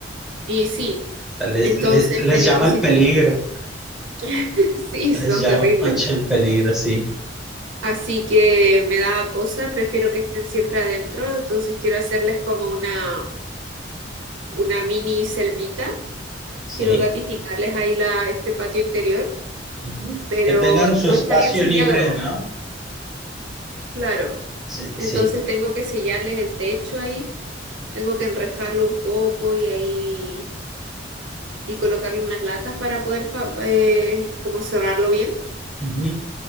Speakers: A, on the right; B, in the centre.
A: Y sí,
B: O sea, le-
A: entonces
B: le- les
A: peligrosito.
B: llama el peligro,
A: <laughs> Sí, sí,
B: les
A: son
B: llama
A: terribles.
B: mucho el peligro, sí,
A: Así que me da cosa, prefiero que estén siempre adentro, entonces quiero hacerles como una, una mini selvita
B: sí.
A: Quiero gatificarles ahí la, este patio interior,
B: Ujú.
A: pero
B: Que tengan su
A: no
B: espacio
A: está bien sellado,
B: libre, ¿no?
A: claro.
B: Sí, sí.
A: Entonces tengo que sellarles el techo ahí, tengo que enrejarlo un poco y ahí y colocarle unas latas para poder fa- eh, como cerrarlo bien.
B: Ujú.